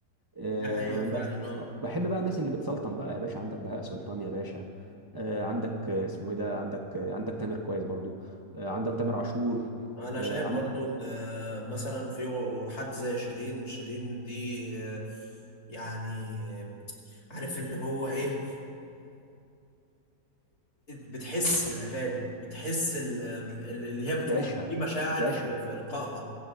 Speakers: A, on the right; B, on the left.
A: أه
B: دي حقيقه فعلا
A: ب-
B: اه
A: بحب بقى الناس اللي بتسلطن بقى يا باشا عندك بهاء سلطان يا باشا أه عندك آه، اسمه ايه ده عندك آه، عندك تامر كويس برضو أه عندك تامر عاشور
B: انا
A: أه
B: شايف
A: عند
B: برضو ان آه، مثلا في حد زي شيرين شيرين دي آه، يعني آه، عارف اللي هو ايه بتحس الأغاني بتحس ال- ال- اللي هي بتقوله
A: بتعيشها
B: في مشاعر
A: بتعيشها
B: في في إلقائها